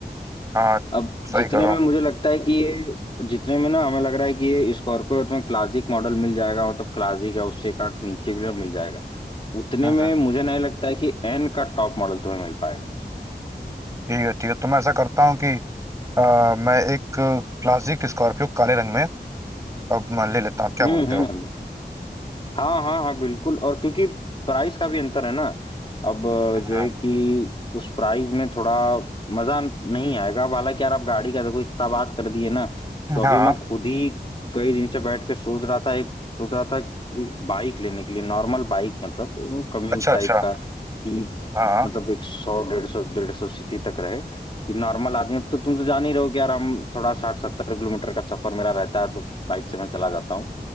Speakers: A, on the right; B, on the left.
A: हाँ
B: अब
A: सही
B: जितने
A: करो
B: में मुझे लगता है कि ये जितने में ना हमें लग रहा है कि ये स्कॉर्पियो तुम्हें क्लासिक मॉडल मिल जाएगा मतलब क्लासिक या उससे एक आंख नीचे भी मिल जाएगा उतने
A: हम्म
B: में
A: हम्म,
B: मुझे नहीं लगता है कि एन का टॉप मॉडल तुम्हें मिल पाएगा
A: ठीक है ठीक है तो मैं ऐसा करता हूँ कि आ, मैं एक क्लासिक स्कॉर्पियो काले रंग में अब मैं ले लेता हूँ क्या
B: हम्म
A: बोलते
B: हम्म
A: हो
B: हाँ हाँ हाँ बिल्कुल और क्योंकि प्राइस का भी अंतर है ना अब अ,
A: हम्म,
B: जो
A: हाँ
B: है कि उस प्राइस में थोड़ा मजा नहीं आएगा अब हालांकि यार आप गाड़ी का देखो इतना बात कर दिए ना
A: हाँ,
B: तो अभी मैं खुद ही कई दिन से बैठ के सोच रहा था एक सोच रहा था एक बाइक लेने के लिए नॉर्मल बाइक मतलब कम्यूट
A: अच्छा अच्छा
B: टाइप का कि
A: हाँ हाँ
B: मतलब एक सौ डेढ़ सौ डेढ़ सौ सीसी तक रहे कि नॉर्मल आदमी अब तो तुम तो जान ही रहो कि यार हम थोड़ा साठ सत्तर किलोमीटर का सफर मेरा रहता है तो बाइक से मैं चला जाता हूँ